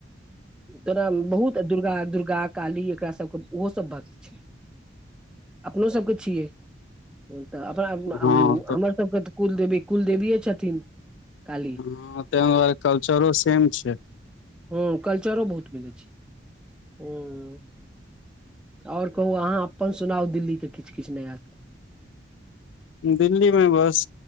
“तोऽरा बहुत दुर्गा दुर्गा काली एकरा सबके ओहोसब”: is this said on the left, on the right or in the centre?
Centre